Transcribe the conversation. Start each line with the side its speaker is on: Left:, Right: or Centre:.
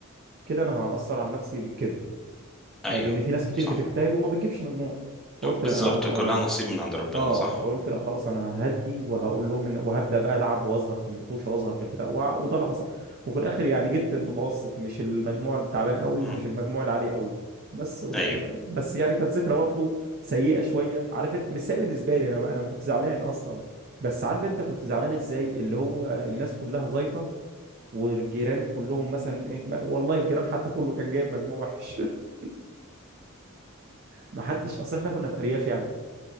Right: كده انا هأثر على نفسي بالكذب
Centre: ايوه
Right: آه، لان في ناس كتير
Centre: صح
Right: بتجتهد وما بتجيبش مجموع فقلت
Centre: بالظبط
Right: لا انا انا
Centre: كلها نصيب من عند ربنا
Right: اه
Centre: صح
Right: قلت لا خلاص انا ههدي وهقول لهم ان وهبدا بقى العب واظهر في المطوشه واظهر في البتاع وع- وده اللي حصل وفي الاخر يعني جبت المتوسط مش المجموع التعبان قوي
Centre: امم
Right: ومش المجموع العالي قوي بس و...
Centre: ايوه
Right: بس يعني كانت ذكرى برضو سيئه شويه عارف إيه؟ مش سيئه بالنسبه لي انا ما- انا ما كنت زعلان اصلا بس عارف انت كنت زعلان
Centre: مم.
Right: ازاي اللي هو الناس كلها زيطه والجيران كلهم مثلا ايه ما- والله الجيران حتى كله كان جايب مجموع وحش <laughs> ما حدش اصل احنا كنا في ارياف يعني